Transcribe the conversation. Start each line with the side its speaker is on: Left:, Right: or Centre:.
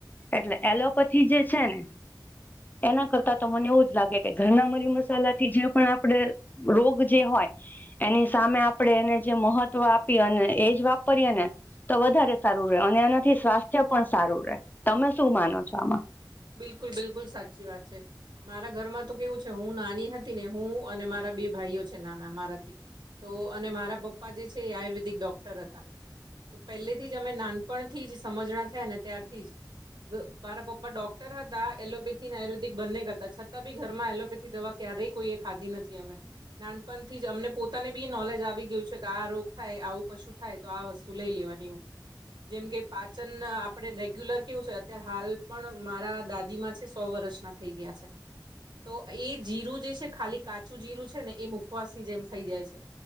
Left: એટલે એલોપેથી જે છે ને એના કરતાં તા મને એવું જ લાગે છે. કે ઘરના મરી મસાલાથી જે પણ આપડે રોગ જે હોય એની સામે આપણેે એને જે મહત્વ આપીએ અને એજ વાપરીએ ને તો વધારે સારું રહે અને એનાથી સ્વાસ્થ્ય પણ સારું રહે તમે શું માનો છો આમાં
Right: બિલકુલ બિલકુલ સાચી વાત છે. મારા ઘરમાં તો કેવું છે, હું હતી ને હું અને મારા બે ભાઈઓ છે નાના તો અને મારા પપ્પા જે છે એ આયુર્વેદિક ડોક્ટર હતા. તો પહેલેથી જ અમે નાનપણથી જ સમજણા થયા ને ત્યારથી જ મારા પપ્પા ડોક્ટર હતા એલોપેથીને આયુર્વેદિક બંને કરતા, છતાં બી ઘરમાં એલોપેથી દવા ક્યારેય કોઈએ ખાધી નથી અમે નાનપણથી જ અમને પોતાને બી નોલેજ આવી ગયું છે કે આ રોગ થાય આવું કશું થાય. તો આ વસ્તુ લઈ લેવાની એવું, જેમ કે પાચન આપણે રેગ્યુલર કેવું છે અત્યારે હાલ પણ મારા દાદીમાં છે, સો વર્ષના થઈ ગયા છે. તો એ જીરું જે છે, ખાલી કાચું જીરું છે ને એ મુખવાસની જેમ ખાઈ જાય છે.